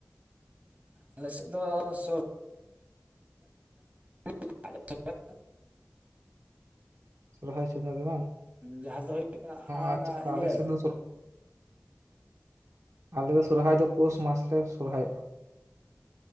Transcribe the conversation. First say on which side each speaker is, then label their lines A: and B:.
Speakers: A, on the right; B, on the right.
A: ᱟᱞ ᱥᱮᱫ ᱫᱚ ᱥᱩᱨ <inaudible>
B: ᱥᱚᱨᱦᱟᱭ ᱥᱚᱢᱚᱭ ᱜᱮ ᱵᱟᱝ
A: ᱡᱟᱦᱟᱸ ᱫᱚ ᱦᱩᱭᱩᱜ ᱠᱟᱱᱟ ᱚᱱᱟ
B: ᱟᱨ ᱪᱮᱜᱠᱟ
A: ᱤᱭᱟᱹ
B: ᱟᱞᱮ ᱥᱮᱫ ᱫᱚ ᱥᱚᱨᱦᱟᱭ ᱟᱞᱮ ᱫᱚ ᱥᱚᱨᱦᱟᱭ ᱫᱚ ᱯᱳᱥ ᱢᱟᱥ ᱞᱮ ᱥᱚᱨᱦᱟᱭᱚᱜᱼᱟ ᱾